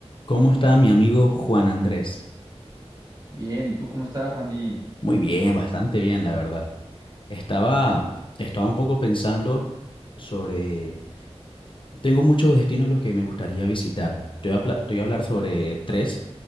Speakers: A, on the left; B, on the right.
A: ¿Cómo está mi amigo Juan Andrés?
B: Bien, ¿y tú cómo estás, Randy?
A: Muy bien, bastante bien, la verdad. Estaba, estaba un poco pensando sobre... Tengo muchos destinos a los que me gustaría visitar. Te voy a, pla- te voy a hablar sobre
B: Claro.
A: tres